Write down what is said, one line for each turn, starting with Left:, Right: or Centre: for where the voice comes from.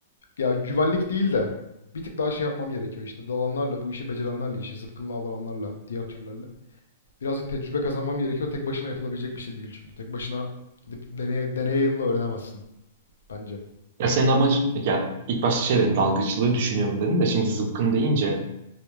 Left: Ya güvenlik değil de bir tık daha şey yapmam gerekiyor işte dalanlarla bu işi becerenlerle işi zıpkınla avlananlarla diğer türlerle. Birazcık tecrübe kazanmam gerekiyor. Tek başına yapılabilecek bir şey değil çünkü. Tek başına gidip deneye, deneyimle öğrenemezsin bence.
Right: Ya senin amacın ya ilk başta şey dedin dalgıçlığı düşünüyorum dedin de şimdi zıpkın deyince